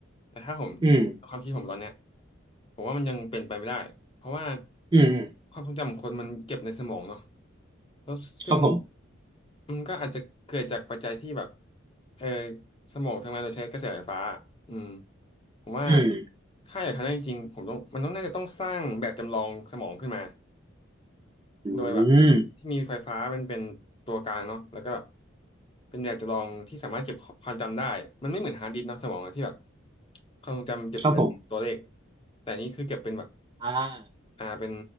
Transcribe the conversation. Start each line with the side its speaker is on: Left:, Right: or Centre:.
Left: แต่ถ้าผม
Right: อืม
Left: ความคิดผมตอนเนี้ยผมว่ามันยังเป็นไปไม่ได้เพราะว่า
Right: อืมอืม
Left: ความทรงจำของคนมันเก็บในสมองเนาะแล้วซึ่ง
Right: ครับผม
Left: มันก็อาจจะเกิดจากปัจจัยที่แบบเออสมองทำงานโดยใช้กระแสไฟฟ้าอืมผมว่า
Right: อืม
Left: ถ้าอยากทำได้จริงๆผมต้องมันต้องน่าจะต้องสร้างแบบจำลองสมองขึ้นมา
Right: อื
Left: โดยแบบ
Right: ม
Left: ที่มีไฟฟ้าเป็นเป็นตัวกลางเนาะแล้วก็แบบเป็นแบบจำลองที่สามารถเก็บความจำได้มันไม่เหมือนฮาร์ดดิสก์เนาะสมองอะที่แบบความทรงจำเก็บเป็นตัวเลข
Right: ครับผม
Left: แต่นี่คือเก็บเป็นแบบ
Right: อ่า
Left: อ่าเป็น